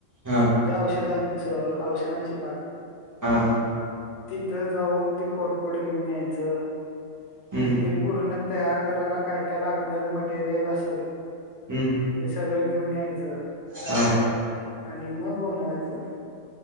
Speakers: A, on the right; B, on the left.
A: हा
B: जे औषधांचं, औषधांची बाग
A: हा
B: तिथं जाऊन ते कोरपड घेऊन यायचं.
A: हम्म
B: आणि ते पूर्ण तयार करायला काय काय लागणार मटेरियल असल
A: हम्म,
B: ते सगळं घेऊन यायचं,,
A: हा
B: आणि मग बनवायचं.